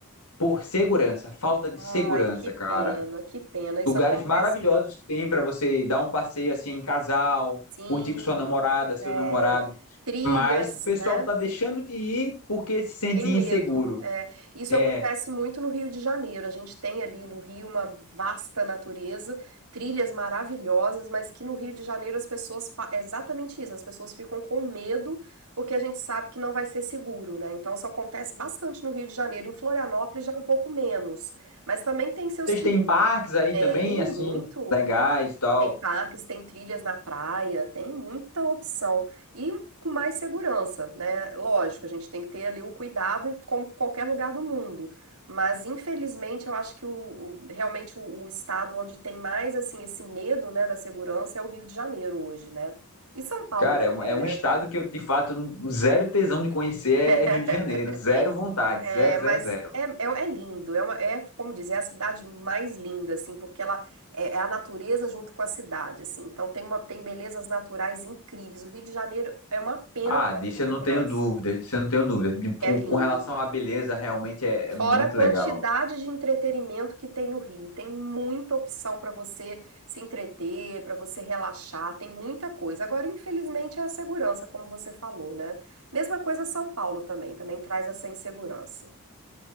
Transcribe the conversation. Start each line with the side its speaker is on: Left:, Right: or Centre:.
Left: Por segurança, falta de
Right: Ai,
Left: segurança,
Right: que
Left: cara.
Right: pena, que pena. Isso
Left: Lugares
Right: acontece
Left: maravilhosos
Right: muito.
Left: que tem para você dar um passeio assim em casal,
Right: Sim,
Left: curtir com sua namorada, seu
Right: é.
Left: namorado,
Right: Trilhas,
Left: mas o pessoal
Right: né?
Left: tá deixando de ir porque se sente
Right: Tem
Left: inseguro.
Right: medo. É, isso
Left: É,
Right: acontece muito no Rio de Janeiro. A gente tem ali no Rio uma vasta natureza, trilhas maravilhosas, mas que no Rio de Janeiro as pessoas fa- é exatamente isso, as pessoas ficam com medo porque a gente sabe que não vai ser seguro, né? Então isso acontece bastante no Rio de Janeiro. Em Florianópolis já é um pouco menos, mas também tem seus
Left: vocês têm parques aí
Right: Tem
Left: também, assim,
Right: muito,
Left: legais
Right: muito.
Left: e tal.
Right: Tem parques, tem trilhas na praia, tem muita opção. E com mais segurança, né? Lógico, a gente tem que ter ali o cuidado em como qualquer lugar do mundo. Mas infelizmente eu acho que o, o- realmente o, o estado onde tem mais assim esse medo, né, da segurança é o Rio de Janeiro hoje, né? E São Paulo
Left: Cara,
Right: também,
Left: é um, é um
Right: né?
Left: estado que eu, de fato, zero tesão de conhecer
Right: <laughs>
Left: é Rio de Janeiro. Zero vontade,
Right: É,
Left: zero, zero,
Right: mas
Left: zero.
Right: é, é, é lindo, é, uma- é, como dizer, é a cidade mais linda, assim, porque ela é, é a natureza junto com a cidade, assim, então tem uma, tem belezas naturais incríveis. O Rio de Janeiro é uma pena
Left: Ah,
Right: a falta
Left: disso
Right: de
Left: eu não
Right: segurança,
Left: tenho dúvidas, disso eu não tenho dúvidas. De- Com,
Right: é lindo.
Left: com relação à beleza, realmente é,
Right: Fora
Left: é muito
Right: a quantidade
Left: legal.
Right: de entretenimento que tem no Rio, tem muita opção para você se entreter, para você relaxar, tem muita coisa. Agora, infelizmente, é a segurança, como você falou, né? Mesma coisa São Paulo também, também traz essa insegurança.